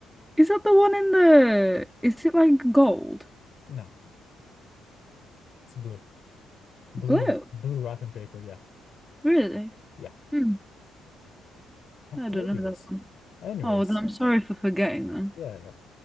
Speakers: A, in the centre; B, on the left.
A: Is that the one in the? Is it like gold?
B: No, it's blue. Blue,
A: Blue?
B: blue wrapping paper. Yeah.
A: Really?
B: Yeah.
A: Hmm.
B: I've
A: I
B: told
A: don't know
B: you
A: that
B: this.
A: one.
B: Anyways,
A: Oh, then I'm sorry for forgetting them.
B: yeah, yeah.